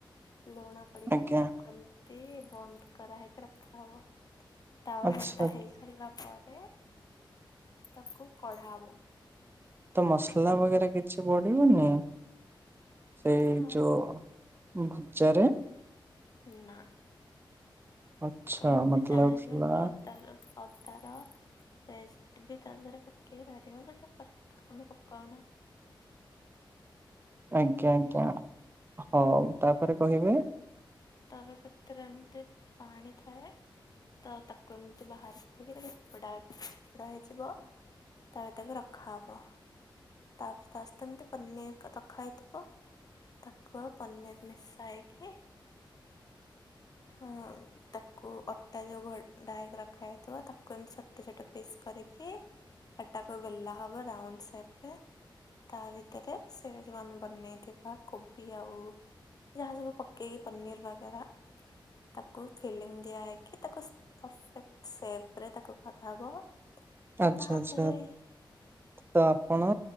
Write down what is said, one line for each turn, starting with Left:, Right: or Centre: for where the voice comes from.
Left: ଲୁଣ ପଡିକି
Right: ଆଜ୍ଞା
Left: ତାକୁ ଏମିତି ବନ୍ଦ କରାହେଇକି ରଖାହବ। ତାୱା
Right: ଆଚ୍ଛା
Left: ଟା ହେଇ ସାରିଲା ପରେ ତାକୁ କଢାହବ।
Right: ତ ମସଲା ବଗେରା କିଛି ପଡିବନି। ସେଇ
Left: ନା
Right: ଯୋଉ ଭଜାରେ।
Left: ନା
Right: ଆଚ୍ଛା
Left: ତମେ ଯଦି
Right: ମତେ
Left: ଚାହିଁବେ
Right: ଲାଗୁଥିଲା
Left: ତ ଅଦା ରସ। ଅଦାର। ବେଷ୍ଟ ବି ତା ଧିଅରେ ପକେଇ ପାରିବ ବଟ ଟା ଦ ଆମେ ପକାଉନା। <inaudible>
Right: ଆଜ୍ଞା ଆଜ୍ଞା। ହଉ ତାପରେ କହିବେ।
Left: ତାପରେ ସେଥିରେ ଏମିତି ପାଣି ଥାଏ। ତ ତାକୁ ଏମିତି ବାହାର କରିକି ତାକୁ ଚିପୁଡ଼ା ଚିପୁଡା ହେଇଯିବ। ତାପରେ ତାକୁ ରଖାହବ। ତାପରେ ତା ସହିତ ଏମତି ପନିର ର-ରଖା ହେଇଥିବ ତାକୁ ପନିର ମିଶା ହେଇକି ଆଁ ତାକୁ ଅଟା ଯୋଉ ଘୋଢା ହେଇକି ରଖା ହେଇଥିବ ତାକୁ ଏମିତି ଛୋଟ ଛୋଟ ପିସ୍ କରି। କି ହେଟାକୁ ବେଲା ହବ ରାଉଣ୍ଡ ସେପ ରେ। ତା ଭିତରେ ସେ ଯୋଉ ଆମେ ବନେଇଥିବା କୋବି ଆଉ ଯାହା ସବୁ ପକେଇକି ପନୀର୍ ବାଗେରା ତାକୁ ଫିଲିଙ୍ଗ ଦିଆହେଇକି ତାକୁ ପରଫେକ୍ଟ ସେପ ରେ ତାକୁ କରାହବ।
Right: ଆଚ୍ଛା
Left: ତାପରେ
Right: ଆଚ୍ଛା ତ ଆପଣ